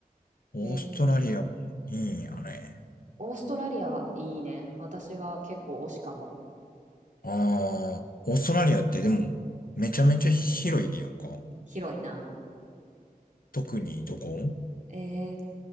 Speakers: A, on the left (about 70°); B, on the right (about 55°).
A: オーストラリアもいいんやね。
B: ええ。うんオーストラリアはいいね。私は結構推しかも。
A: ああ、オーストラリアってでも、めちゃめちゃ広いやんか。
B: うん。広いな。
A: 特にどこ
B: ええ、